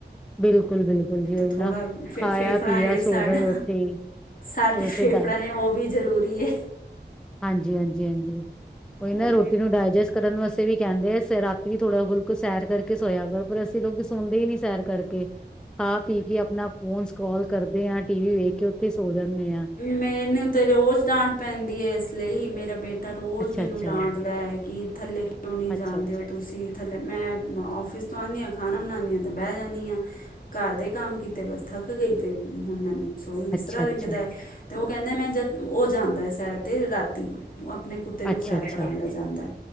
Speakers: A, in the centre; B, on the left.
A: ਬਿਲਕੁਲ ਬਿਲਕੁਲ ਜੀ
B: ਤੇ
A: ਉਹੀ
B: ਥੋੜਾ
A: ਨਾ
B: ਫੇ-ਫੇਫੜਾ
A: ਖਾਇਆ ਪੀਆ
B: ਲਈ
A: ਸੋ
B: ਸਾਡਾ
A: ਗਏ ਉੱਥੇ ਹੀ
B: ਸਾਡੇ
A: ਤੇ ਉੱਥੇ
B: ਫੇਫੜੇਆਂ
A: ਡ
B: ਲਈ ਓਹ ਵੀ ਜ਼ਰੂਰੀ ਐ।
A: ਹਾਂਜੀ ਹਾਂਜੀ ਹਾਂਜੀ। ਕੋਈ
B: ਉਹ
A: ਨਾ ਰੋਟੀ ਨੂੰ ਡਾਇਜੈਸਟ ਕਰਨ ਵਸਤੇ ਵੀ ਕੈੰਦੇ ਐ ਰਾਤੀ ਵੀ ਥੋੜਾ ਬਲਕ ਸੈਰ ਕਰਕੇ ਸੋਇਆ ਕਰੋ ਪਰ ਅਸੀ ਤੇ ਲੋਕੀ ਸੋੰਦੇ ਹੀ ਨੀ ਸੈਰ ਕਰਕੇ ਖਾ-ਪੀ ਕੇ ਅਪਨਾ ਫੋਨ ਸਕਰੋਲ ਕਰਦੇ ਆ‌। ਟੀ ਵੀ ਵੇਖ ਕੇ ਉੱਥੇ ਸੋ ਜਾਂਨੇ ਆ।
B: ਮੈਨੂੰ ਤਾਂ ਰੋਜ਼ ਡਾਂਟ ਪੈਂਦੀ ਏ ਏਸ ਲਈ ਮੇਰਾ ਬੇਟ ਤਾ ਰੋਜ਼
A: ਅੱਛਾ
B: ਮੈਨੂੰ
A: ਅੱਛਾ
B: ਡਾਂਟਦੈ ਕਿ ਥੱਲੇ ਕਿਉਂ ਨਹੀਂ
A: ਅੱਛਾ
B: ਜਾਂਦੇ
A: ਅੱਛਾ
B: ਹੋ
A: ਅੱਛਾ
B: ਤੁਸੀਂ। ਥੱਲੇ ਮੈਂ ਔਫਿਸ ਤੋਂ ਆਨੀ ਆਂ ਖਾਨਾ ਬਨਾਨੀ ਆਂ ਤੇ ਬੈ ਜਾਂਨੀ ਆਂ। ਘਰ ਦੇ ਕੰਮ ਕੀਤੇ ਬਸ ਥੱਕ ਗਈ ਤੇ ਹੁਨ ਮੈਨੂੰ ਸੋਨ ਬਿਸਤਰਾ
A: ਅੱਛਾ-ਅੱਛਾ,
B: ਦਿਖਦੈ। ਤੇ ਓਹ ਕੈੰਦੇ ਮੈਂ ਜਦ ਓਹ ਜਾਂਦਾ ਏ ਸੈਰ ਤੇ ਰਾਤੀ ਤੂ ਅਪਨੇ ਕੁ ਤੇਨੂੰ
A: ਅੱਛਾ-ਅੱਛਾ
B: ਸੈਰ ਕਰਾਨ ਲੇ ਜਾਂਦੈ।